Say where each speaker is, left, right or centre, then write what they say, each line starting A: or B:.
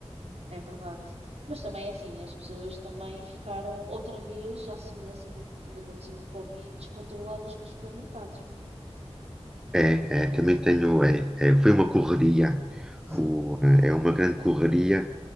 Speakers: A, on the right (about 65°); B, in the centre.
A: é verdade. Mas também é assim, as pessoas também ficaram outra vez, à semelhança de- do que aconteceu no Covid, descontroladas com os supermercados.
B: É,
A: Eh,
B: é também tenho, é, é, foi uma correria,
A: Sim.
B: o- é uma grande correria.